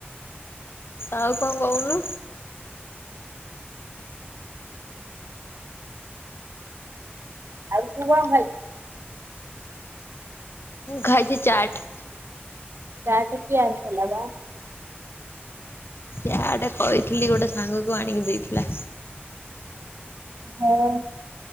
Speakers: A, on the left; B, on the right.
A: ଆଉ କଣ କହୁନୁ।
B: ଆଉ ତୁ କଣ ଖାଇଚୁ।
A: ଖାଇଛି ଚାଟ୍।
B: ଚାଟ କିଏ ଆନିଥିଲେ ମ?
A: ଚାଟ୍ କହିଥିଲି ଗୋଟେ ସାଙ୍ଗକୁ ଆଣିକି ଦେଇଥିଲା।
B: ହଁ